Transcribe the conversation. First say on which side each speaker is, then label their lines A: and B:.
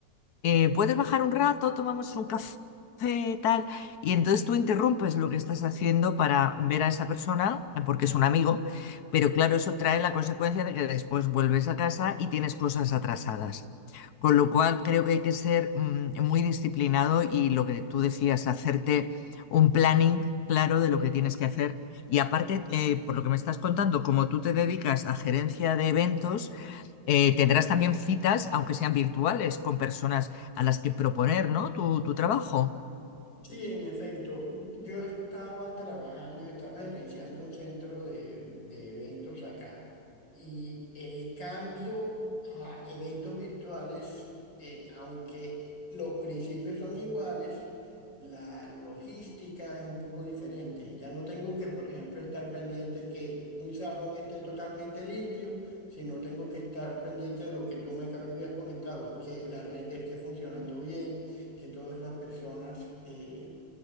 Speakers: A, on the left (about 60°); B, on the left (about 85°).
A: eh, puedes bajar un rato, tomamos un café, tal, y entonces tú interrumpes lo que estás haciendo para ver a esa persona, eh, porque es un amigo, pero claro, eso trae la consecuencia de que después vuelves a casa y tienes cosas atrasadas. Con lo cual, creo que hay que ser mm, muy disciplinado y lo que tú decías, hacerte un planning claro de lo que tienes que hacer. Y aparte, eh, por lo que me estás contando, como tú te dedicas a gerencia de eventos, eh, tendrás también citas, aunque sean virtuales, con personas a las que proponer, ¿no? Tu, tu trabajo.
B: Sí, en efecto, yo estaba trabajando, yo estaba gerenciando un centro de, de eventos acá y el cambio a eventos virtuales, eh, aunque los principios son iguales, la logística es un poco diferente. Ya no tengo que, por ejemplo, estar pendiente que un salón esté totalmente limpio, sino tengo que estar pendiente de lo que tú me habías comentado, que la red esté funcionando bien que todas las personas eh,